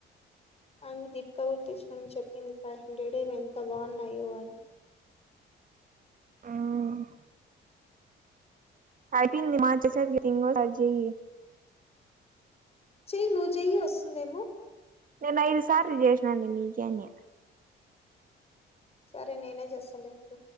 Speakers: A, on the left; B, on the right.
A: ఆ దీపిక గుడా తీసుకునిని చెప్పింది. ఫైవ్ హండ్రెడ్ ఎంత బాగున్నాయో అని
B: అవున్ అయిపింది మాచ స తంగ ఎంగోసారి చెయ్యి
A: చెయ్యి, నువ్వు చెెయ్యి, వస్తుందేమో
B: నేను ఐదు సార్లు చేసినాండి నీకేని.
A: సరే నేనే చేస్తాను ఉండు.